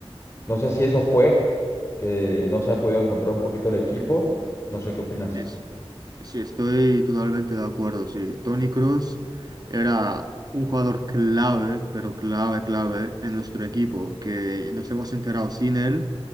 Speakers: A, on the left; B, on the right.
A: no sé si eso fue, que no se ha podido encontrar un poquito el equipo. No sé qué opinas.
B: Sí, sí, sí, estoy totalmente de acuerdo. Sí, Toni Kroos era un jugador clave, pero clave, clave en nuestro equipo, que nos hemos enterado sin él